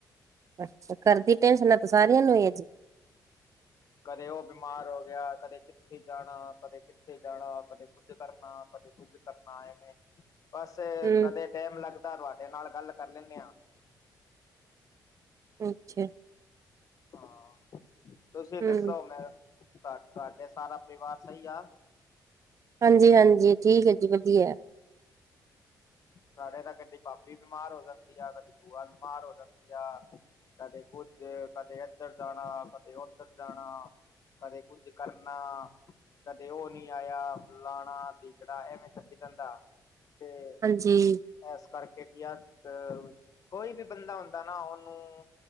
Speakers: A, on the right (about 45°); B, on the left (about 50°).
A: ਅੱਛਾ, ਘਰਦੀ ਟੈਂਸ਼ਨਾਂ ਤੇ ਸਾਰੀਆਂ ਨੂੰ ਈ ਐ ਜੀ।
B: ਕਦੇ ਉਹ ਬਿਮਾਰ ਹੋ ਗਿਆ ਕਦੇ ਕਿੱਥੇ ਜਾਣਾ ਕਦੇ ਕਿੱਥੇ ਜਾਣਾ ਕਦੇ ਕੁਝ ਕਰਨਾ ਕਦੇ ਕੁੱਝ ਕਰਨਾ ਐਵੇਂ। ਬਸ
A: ਹਮ
B: ਕਦੇ ਟੈਮ ਲੱਗਦਾ ਤੁਹਾਡੇ ਨਾਲ ਗੱਲ ਕਰ ਲੈਣੇ ਆ।
A: ਅੱਛਾ,
B: ਹਾਂ, ਤੁਸੀਂ
A: ਹਮ
B: ਦੱਸੋ ਮੈਂ ਤੁਹਾਡੇ ਸਾਰਾ ਪਰਿਵਾਰ ਸਈ ਆ।
A: ਹਾਂਜੀ-ਹਾਂਜੀ, ਠੀਕ ਐ ਜੀ ਵਧੀਆ।
B: ਸਾਡੇ ਤਾਂ ਕਦੀ ਭਾਬੀ ਬਿਮਾਰ ਹੋ ਜਾਂਦੀ ਆ ਕਦੀ ਬੂਆ ਬਿਮਾਰ ਹੋ ਜਾਂਦੀ ਆ। ਕਦੇ ਕੁੱਝ ਕਦੇ ਇੱਧਰ ਜਾਣਾ ਕਦੇ ਉੱਧਰ ਜਾਣਾ। ਕਦੇ ਕੁੱਝ ਕਰਨਾ। ਕਦੇ ਉਹ ਨੀ ਆਇਆ ਫਲਾਣਾ ਤਿਕੜਾ ਐਵੇਂ ਚੱਲੀ ਜਾਂਦਾ ਤੇ।
A: ਜੀ,
B: ਇਸ ਕਰਕੇ ਕੀ ਆ ਅ ਕੋਈ ਵੀ ਬੰਦਾ ਹੁੰਦਾ ਨਾ ਉਹਨੂੰ